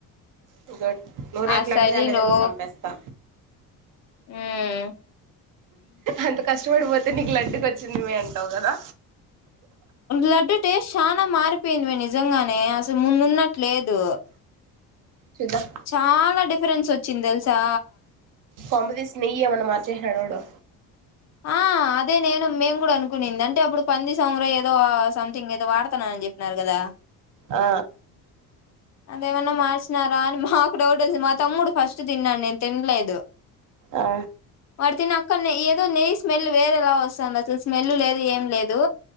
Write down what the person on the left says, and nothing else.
ఆ చలిలో
ఉమ్
లడ్డు టేస్ట్ చానా మారిపోయింది మే నిజంగానే అసలు ముందు ఉన్నట్లు లేదు
చాలా డిఫరెన్స్ వచ్చి చి తెలుసా
ఆ అదే నేను మేము కూడా అనుకునింది అంటే అప్పుడు పంది సంమురం ఏదో సంథింగ్ ఏదో వాడుతాన్నా అని చెప్పినారు కదా
అదేమన్నా మార్చినారా అని మాకు డౌట్ వోచి మా తమ్ముడు ఫస్ట్ తిన్నాడు నేను తినలేదు
వాడు తిన్న అక్కన్నే ఏ నెయ్యి స్మెల్ వేరేలా వస్తుంది అసలు స్మెల్ లేదు ఏం లేదు